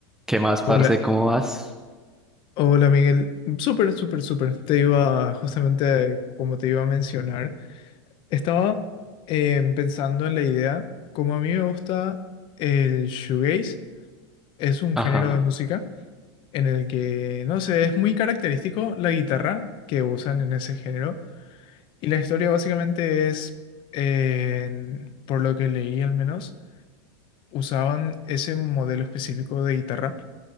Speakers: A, in the centre; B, on the left (about 35°).
A: ¿Qué más, parce?
B: Hola,
A: ¿Cómo vas?
B: hola Miguel. Súper, súper, súper. Te iba justamente, como te iba a mencionar, estaba em, pensando en la idea, como a mí me gusta el shoegaze, es un
A: Ajá,
B: género de música en el que, no sé, es muy característico la guitarra que usan en ese género. Y la historia básicamente es, en- por lo que leí al menos, usaban ese modelo específico de guitarra